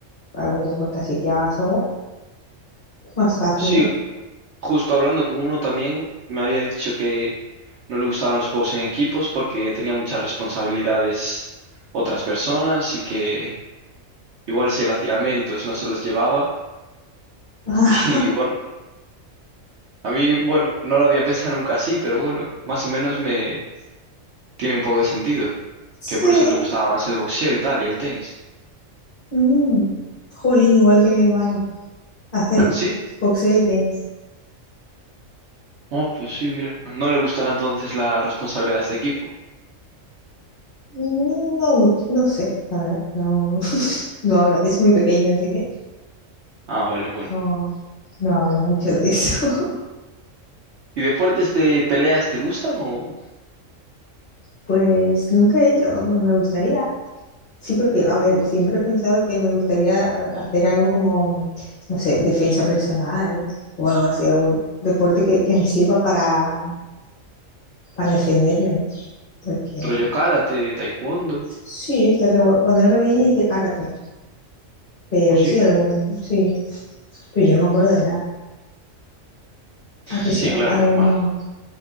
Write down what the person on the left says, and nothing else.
algún deporte así que haga sola es más fácil,
¿no?
<laughs>
Sí.
Mm. Jolín, igual que mi hermano. Hace
boxeo y tenis.
No, much- no sé, la verdad, no, <laughs> no habla, es muy pequeño, así que
no, no habla mucho de eso. <laughs>
Pues nunca he hecho, me me gustaría, sí, porque, a ver, siempre he pensado que me gustaría eh, hacer algo como, no sé, defensa personal o algo así, algún deporte que, que me sirva para, para defenderme, porque
sí, estaría guay. Cuando era pequeña hice karate, pero
sí, algunos, sí, pero yo no me acuerdo de nada. Aunque
sí, al-
algunos...